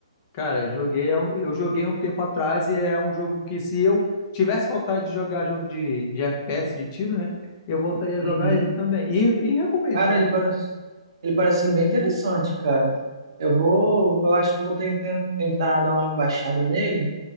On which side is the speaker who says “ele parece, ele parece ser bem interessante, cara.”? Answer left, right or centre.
Right